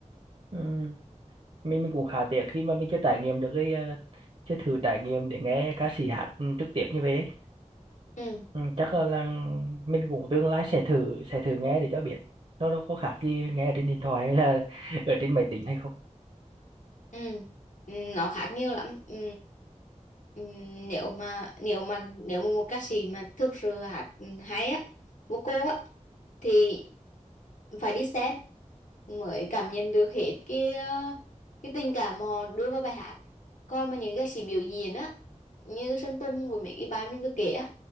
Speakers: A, on the right; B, on the left.
A: ừ. mình mình cũng khá tiếc khi mà mình chưa trải nghiệm được cái ờ, chưa thử trải nghiệm để nghe ca sĩ hát ừ, trực tiếp như vậy ấy.
B: ừ
A: ừ. chắc là, là mình cũng tương lai sẽ thử sẽ thử nghe để cho biết nó nó có khác gì mình nghe ở trên điện thoại hay là <laughs> ở trên máy tính hay không
B: ừ Ừ, nó khác nhiều lắm ừ. Ừ, nếu mà nếu mà nếu mà một ca sĩ mà thực sự hát hay á vocal á thì phải đi xem mới cảm nhận được hết cái ờ, cái tình cảm mà họ đưa vào bài hát còn mà những ca sĩ biểu diễn á như Sơn Tùng với mấy cái bạn mình vừa kể á